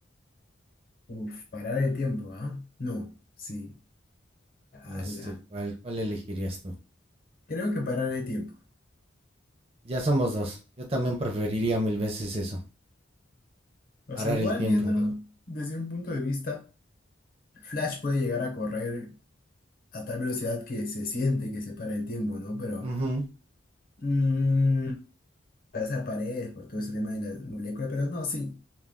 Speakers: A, on the left (about 50°); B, on the right (about 30°).
A: Uf, parar el tiempo, ¿ah? No, sí. Ala.
B: No sé cuál, cuál elegirías tú.
A: Creo que parar el tiempo.
B: Ya somos dos. Yo también preferiría mil veces eso.
A: O
B: Parar
A: sea, igual
B: el tiempo.
A: viéndolo desde un punto de vista, Flash puede llegar a correr a tal velocidad que se siente que se para el tiempo, ¿no? Pero...
B: Ujú,
A: Mmm, atravesar paredes por todo ese tema de la molécula, pero no, sí.